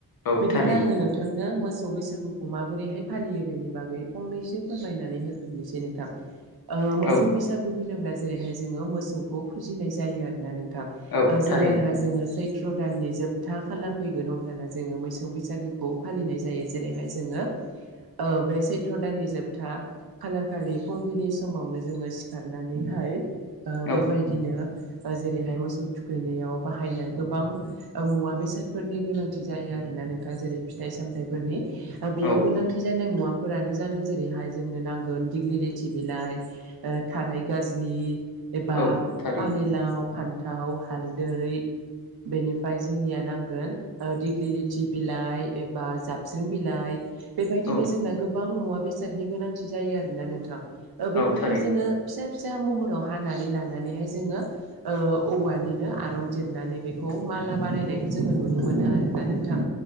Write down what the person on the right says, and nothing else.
बिदिब्ला
आङो नोंथांनो मो सौ बैसागुखौ माबोरैहाय फालियो बेनि बागै फंनसो फोरमायनानै होग्रोनोसै नोंथां ओ मोसौ
बैसु होनोब्ला जेरैहाय जोङो मोसौखौ फुजिनाय जायो आरोना नोंथां
ओ जेब्लाना
जोङो सै त्र दाननि जोबथा खालार फैगोन अब्लाना जोङो मोसौ बैसागोखौ फालिनाय जायो जेरैहाय जोङो ओ बे सैत्र दाननि जोबथा खालार खालि फुंबिलि समावनो जोङो सिखारनानैहाय ओ बेबायदिनो
ओ जेरैहाय मोसौ थुखैनायाव बाहायनाय गोबां ओ मुवा बेसादफोरनि गोनांथि जायो आरोना नोंथाङा जेरै फिथाइ सामथाइफोरनि ओ बेयाव
गोनांथि जानाय मुवा फोरानो जादों जेरैहाय जोंनो नांगोन दिग्लि लेथि बिलाइ ओ थाराय गाजलि एबा
पानिलाव फान्थाव हालदै बेनिफ्राय जोंनिया नांगोन ओ दिग्लि लिथि बिलाइ एब बा जाबस्रिं बिलाइ बेबायदिनो
जोंना गोबां मुवा बेसादनि गोनांथि जायो आरोना नोंथां। ओ बेफोरखौ
जोङो फिसा फिसा महराव हानानै लानानैहाय जोङो ओ औवा निनो आरंजिरनानै बेखौ माला बानायनायखौ जोङो नुनो मोनो आरोना नोंथां